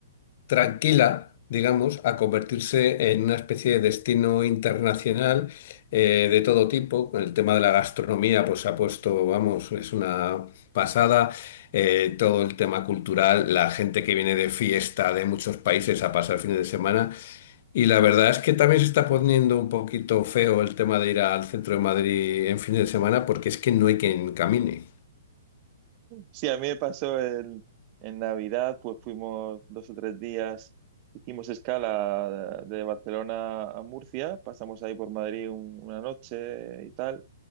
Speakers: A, on the left; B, on the right.
A: tranquila, digamos, a convertirse en una especie de destino internacional eh, de todo tipo. El tema de la gastronomía, pues se ha puesto, vamos, es una pasada. Eh, todo el tema cultural, la gente que viene de fiesta de muchos países a pasar fines de semana. Y la verdad es que también se está poniendo un poquito feo el tema de ir al centro de Madrid en fines de semana porque es que no hay quien camine.
B: Sí, a mí me pasó en, en Navidad, pues fuimos dos o tres días, hicimos escala de, de Barcelona a Murcia, pasamos ahí por Madrid un- una noche y tal,